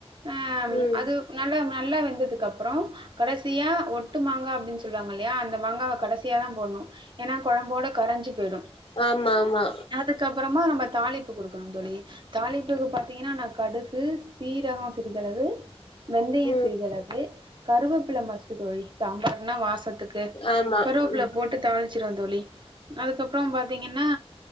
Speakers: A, on the right (about 45°); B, on the left (about 55°).
A: அ
B: ம்
A: அது நல்ல நல்லா வெந்ததுக்கு அப்றொ கடசியா ஒட்டுமாங்கா அப்டின் சொ சொல்வாங்க இல்லையா அந்த மங்காவ கடசியா தா போட்னு ஏன்னா கொழம்போட கரஞ்சு போய்டு
B: ஆமா ஆமா
A: அது கப்பறமா நம்ப தாலிப்பு குடுக்கணுங் தோழி தாலிப்புக்கு பாத்திங்கன்னா நா கடுகு சீரகொ சிறிதளவு வெந்தயொ
B: ம்
A: சிறிதளவு கருவப்பில மஸ்ட்டு தோழி சாம்பார்னா வாசத்துக்கு
B: ஆமா
A: கருவப்புல
B: ம்
A: போட்டு தாளிச்சிருவந் தோழி அதுக்கப்றொம் பாத்தீங்கன்னா